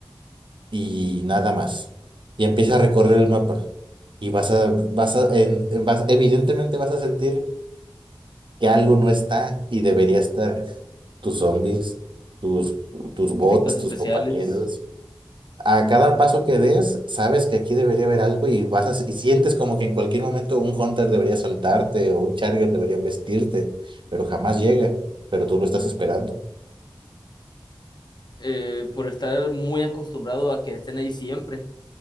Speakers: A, on the right (about 75°); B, on the left (about 60°).
A: y nada más. Y empieza a recorrer el mapa. Y vas a, vas a, en- en- vas- evidentemente vas a sentir que algo no está y debería estar. Tus zombies, tus, tus bots,
B: efectos especiales
A: tus compañeros. A cada paso que des, sabes que aquí debería haber algo y vas a, y sientes como que en cualquier momento un Hunter debería saltarte o un Charger debería embestirte, pero jamás llega, pero tú lo estás esperando.
B: eh, por estar muy acostumbrado a que estén ahí siempre.